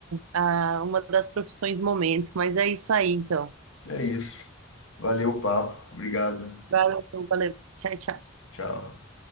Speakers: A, on the right; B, on the left.
A: ah, uma das profissões momento, mas é isso aí, então.
B: É isso. Valeu o papo. Obrigado.
A: Valeu, valeu. Tchau, tchau.
B: Tchau.